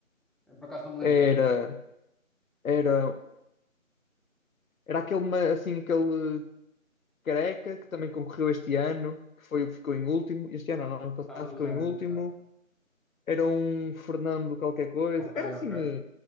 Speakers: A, in the centre; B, on the left (about 75°).
A: Eu, Por acaso não me lembro.
B: Era, era, era aquele, ma- assim, aquele careca que também concorreu este ano, que foi, o que ficou em último, este ano, não, ano passado
A: Ah, não
B: ficou
A: sei,
B: em último,
A: não sei.
B: era um Fernando qualquer coisa,
A: Ok,
B: era assim,
A: ok.
B: eh,